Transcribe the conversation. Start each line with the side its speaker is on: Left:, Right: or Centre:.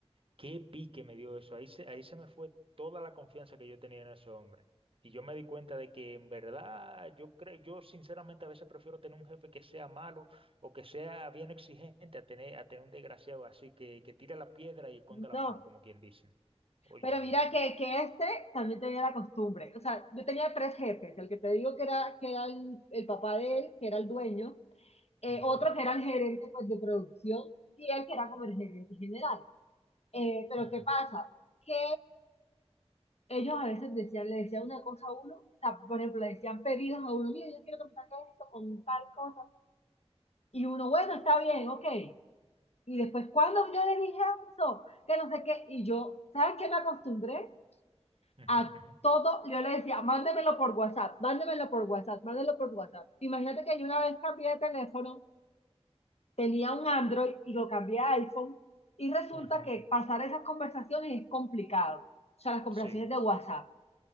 Right: Qué pique me dio eso. Ahí se, ahí se me fue toda la confianza que yo tenía en ese hombre. Y yo me di cuenta de que en verdad yo creo, yo sinceramente a veces prefiero tener un jefe que sea malo o que sea bien exigente a tener, a tener un desgraciado así que, que tira la piedra y esconda la
Left: no
Right: mano, como quien dice. Óyeme.
Left: Pero mira que, que este también tenía la costumbre. O sea, yo tenía tres jefes. El que te digo que era, que era el, el papá de él, que era el dueño. eh,
Right: Ujú,
Left: otro que era el gerente pues, de producción y él que era como el gerente general. Eh, pero
Right: ujú,
Left: ¿qué pasa? Que ellos a veces decían, le decían una cosa a uno. o sea, por ejemplo, le decían pedidos a uno. Mira, yo quiero que me saques esto con tal cosa. Y uno, bueno, está bien, ok. Y después, cuando yo le dije eso, que no sé qué, y yo, ¿sabes qué me acostumbré?
Right: ujú,
Left: a
Right: ujú,
Left: todo, yo le decía, mándemelo por WhatsApp, mándemelo por WhatsApp, mándemelo por WhatsApp. Imagínate que yo una vez cambié de teléfono, tenía un Android y lo cambié a iPhone y resulta
Right: ujú.
Left: que pasar esas conversaciones es complicado, o sea, las conversaciones
Right: Sí.
Left: de WhatsApp.